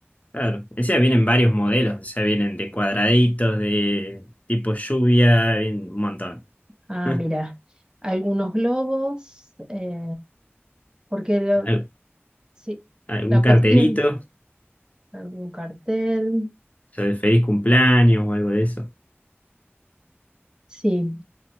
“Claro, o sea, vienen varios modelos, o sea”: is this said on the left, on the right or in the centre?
Left